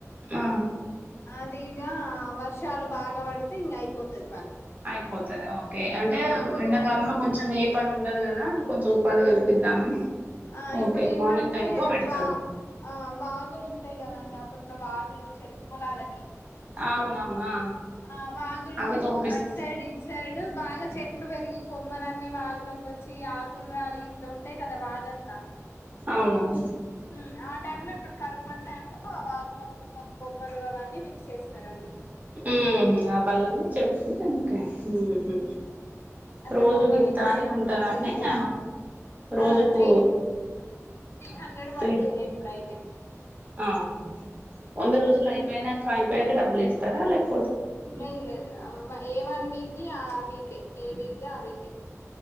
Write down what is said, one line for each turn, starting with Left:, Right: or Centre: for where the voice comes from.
Right: ఆ
Left: అదిగా వర్షాలు బాగా పడితే ఇంగయిపోతది.
Right: అయిపోతది ఓకే అంటే
Left: ఇప్పుడు
Right: ఎండాకాలంలో కొంచెం ఏ పని ఉండదు కదా కదా కొంచెం ఉపాధి
Left: ఉమ్
Right: కల్పిద్దామని
Left: ఆ
Right: ఓకే
Left: ఇప్పుడు ఏంటంటే
Right: మార్నింగ్ టైమ్ లో పెడతారు
Left: వా ఆ వాగులుంటాయి కదా అండి అప్పు అప్పట్లో వాగులు చెర్ పొలాలకి
Right: అవునవునా
Left: ఆ వాగులు
Right: అవి తోపిస్
Left: అట్ సైడు ఇట్ సైడు బాగా చెట్లు పెరిగి కొమ్మలన్నీ వాగులోకి వచ్ వచ్చి ఆకుల రాలి ఇట్లా ఉంటాయి కదా వాగంతా
Right: అవునవును.
Left: మ్ ఆ టైంలో ఇప్పుడు కరువుపని టైంలో వాగుల కొమ్మ కొమ్మలు అవన్నీ విరి చేస్తారండి.
Right: మ్ హూ ఆ పల్లన్ని చెప్పి తనకే మ్ హూ
Left: అట్లా
Right: రోజుకి
Left: కొమ్మలి
Right: ఇంతా
Left: చేయడం
Right: అని ఉంటదండి
Left: మంచిగా క్లీన్
Right: ఇగ
Left: చేయడం ఆ
Right: రోజుకు
Left: త్రీ త్రీ హండ్రెడ్ పడుతున్నాయి
Right: త్రీ
Left: ఇప్పుడైతే
Right: ఆహా! వంద రోజులయిపోయినాక అయిపోయాక డబ్బులేస్తారా లేకపో
Left: లేదు లేదు ఏ వన్ వీక్ కి ఆ వీకే ఏ వీక్ ది ఆ వీకే.